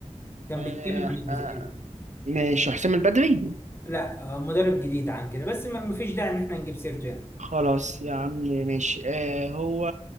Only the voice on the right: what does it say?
آه
آه.
ماشي حسام البدري
خلاص يا عم ماشي آه هو